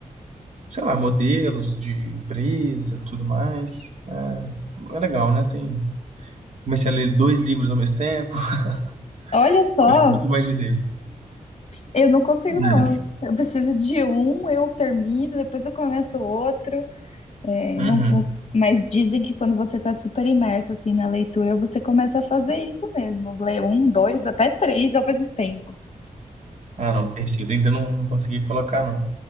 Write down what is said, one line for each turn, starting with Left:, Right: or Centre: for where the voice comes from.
Right: sei lá, modelos de empresa, tudo mais. É legal, né? Tem, comecei a ler dois livros ao mesmo tempo,
Left: Olha
Right: <laughs>
Left: só,
Right: coisa que eu nunca imaginei.
Left: eu não consigo,
Right: Né?
Left: não. Eu eu preciso de um, eu termino, depois eu começo outro. É,
Right: Uhum.
Left: não, não- mas dizem que quando você está super imerso assim na leitura, você começa a fazer isso mesmo, ler um, dois, até três ao mesmo tempo.
Right: Ah, não, tecido ainda não, não consegui colocar, não.